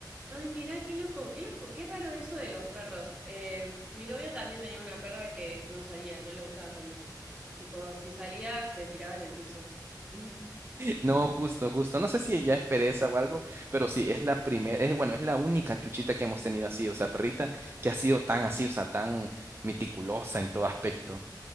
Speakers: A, on the right; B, on the right.
A: Ay, mirá, qué loco, qué loco, qué raro eso de los perros. Eh, mi novio también tenía una perra que no salía, no le gustaba salir. Tipo, si salía, se tiraba en el piso. <laughs>
B: No, justo, justo. No sé si ella es pereza o algo, pero sí, es la primera, es, bueno, es la única chuchita que hemos tenido así, o sea, perrita que ha sido tan así, o sea, tan meticulosa en todo aspecto.